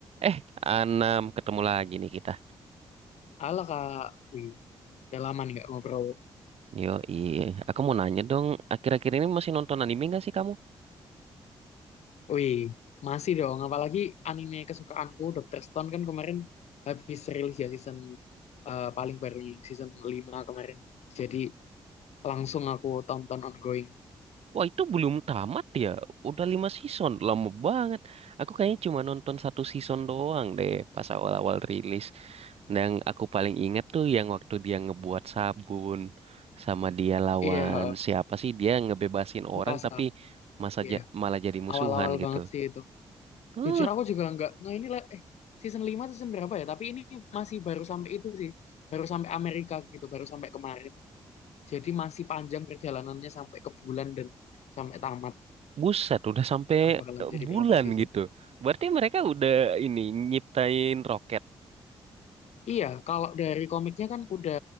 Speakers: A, on the right; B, on the left.
A: Eh, Anam, ketemu lagi nih kita.
B: Halo Kak, wih, udah lama nih nggak ngobrol.
A: Yo, iya. Aku mau nanya dong, akhir-akhir ini masih nonton anime gak sih kamu?
B: Wih, masih dong, apalagi anime kesukaanku, Dr. Stone kan kemarin habis rilis ya season eh, paling barunya, season 5 kemarin. Jadi langsung aku tonton ongoing.
A: Wah, itu belum tamat ya. Udah lima season, lama banget. Aku kayaknya cuma nonton satu season doang deh pas awal-awal rilis. Dan aku paling inget tuh yang waktu dia ngebuat sabun sama dia lawan
B: Iya,
A: siapa sih? Dia ngebebasin orang
B: Mikasa,
A: tapi masa
B: iya.
A: ja- malah jadi musuhan
B: Awal-awal
A: gitu.
B: banget sih itu.
A: Uh,
B: Jujur aku juga nggak, nggak ini lah, eh season 5 season berapa ya? Tapi ini masih baru sampai itu sih, baru sampai Amerika gitu, baru sampai kemarin. Jadi masih panjang perjalanannya sampai ke bulan dan sampai tamat.
A: Buset, udah sampai
B: ah, bakalan
A: eh,
B: jadi
A: bulan
B: berapa season?
A: gitu. Berarti mereka udah ini nyiptain roket.
B: Iya, kalau dari komiknya kan udah